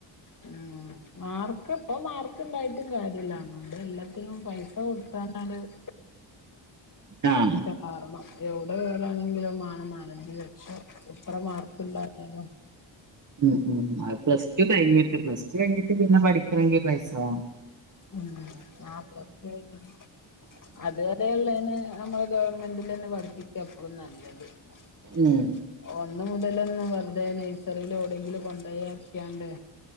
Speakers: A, on the left; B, on the right.
A: ഉം ആർക്ക ഇപ്പ ആർക്കുണ്ടായിട്ടും കാര്യല്ലണണ്ട് എല്ലാത്തിനും പൈസ കൊടുത്താനാണ് <inaudible>
B: ആഹ്
A: കാരണം എവിടെ കേറാണെങ്കിലും മാണം നാലഞ്ച് ലക്ഷം എത്ര മാർക്ക് ഇണ്ടായാലും <inaudible>
B: ഉം ഉം അത് പ്ലസ് ടു കഴിഞ്ഞിട്ട് പ്ലസ് ടു കഴിഞ്ഞിട്ട് പിന്നെ പഠിക്കണെങ്കിൽ പൈസ വാണം
A: ഉം ആ പ്ലസ് ടു കഴിഞ്ഞ് അത്വരെയള്ളെന് നമ്മളെ ഗവൺമെന്റിൽന്നെ പഠിപ്പിക്ക എപ്പളും നല്ലത് <inaudible>
B: ഉം
A: ഒന്ന് മുതലന്ന് വെറുതെ നൈസറിൽ ഒന്നും എവിടെങ്കിലും കൊണ്ടക്ക്യ ണ്ട്